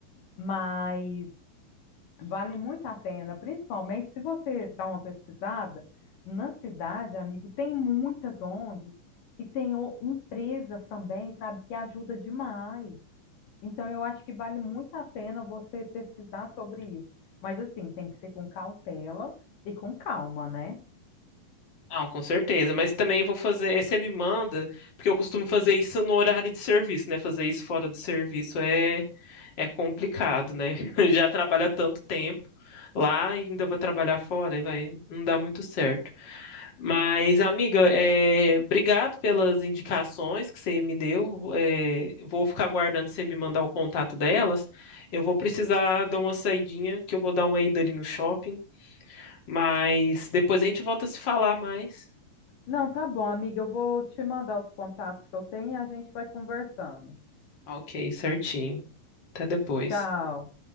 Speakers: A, on the left; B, on the left.
A: Mas vale muito a pena, principalmente se você dá uma pesquisada, na cidade, amigo, tem muitas ONGs e tem o- empresas também, sabe, que ajuda demais. Então, eu acho que vale muito a pena você pesquisar sobre isso. Mas assim, tem que ser com cautela e com calma, né?
B: Não, com certeza, mas também vou fazer, você me manda, porque eu costumo fazer isso no horário de serviço, né? Fazer isso fora do serviço é, é complicado, né? <laughs> Já trabalha tanto tempo lá e ainda vou trabalhar fora, e vai não dá muito certo. Mas, amiga, é, obrigado pelas indicações que você me deu. é, vou ficar aguardando você me mandar o contato delas. Eu vou precisar dar uma saidinha, que eu vou dar uma ida ali no shopping, mas depois a gente volta a se falar mais.
A: Não, tá bom, amiga. Eu vou te mandar os contatos que eu tenho e a gente vai conversando.
B: Ok, certinho. Até depois.
A: Tchau.